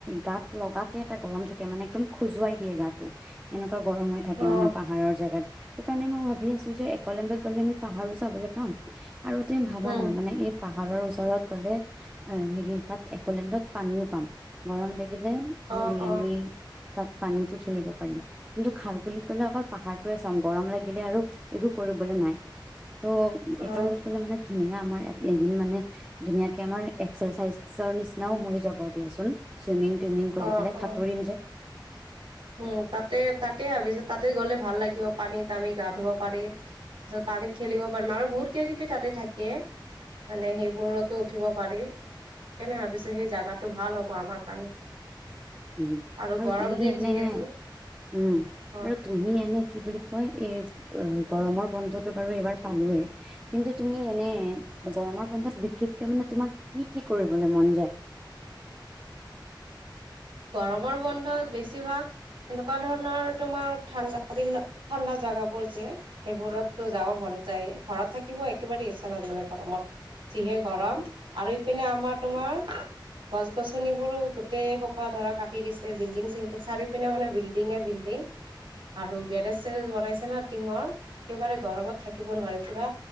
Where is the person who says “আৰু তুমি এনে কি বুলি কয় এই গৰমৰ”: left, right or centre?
Right